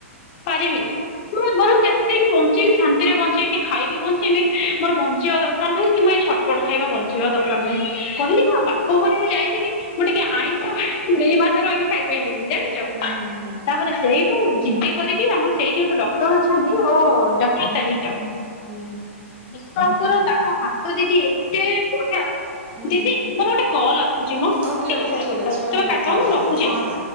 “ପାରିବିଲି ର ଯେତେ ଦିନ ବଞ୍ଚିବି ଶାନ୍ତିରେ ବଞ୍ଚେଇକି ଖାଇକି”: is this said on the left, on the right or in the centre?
Left